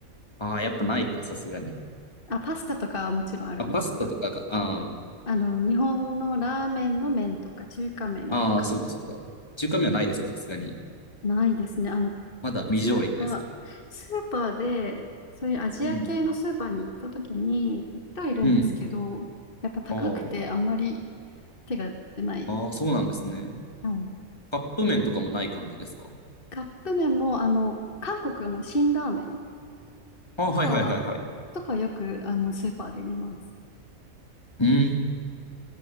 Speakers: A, on the left; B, on the left.
A: ああー、やっぱないか、さすがに。
B: あ、パスタとかはもちろんあるんですけど、
A: あ、パスタとかが、あ
B: あの、日本のラーメンの麺とか中華麺、
A: あ。ああ、そっかそっか。中華麺はないですかさすがに。
B: ないですね。あの、
A: まだ未上陸ですか
B: スーパー、スーパーで、そういうアジア系のスーパーに行った時に、
A: うん。
B: 行ってはいるんですけど、
A: うん。
B: やっぱ高くてあんまり
A: あ
B: 手が出ない。
A: あ。ああ、そうなんですね。
B: はい。
A: カップ麺とかもない感じですか
B: カップ麺も、あの、韓国の辛ラーメン
A: ああ、
B: とかは、
A: はいはいはいはい。
B: とかよく、あの、スーパーで見ます。
A: うん。い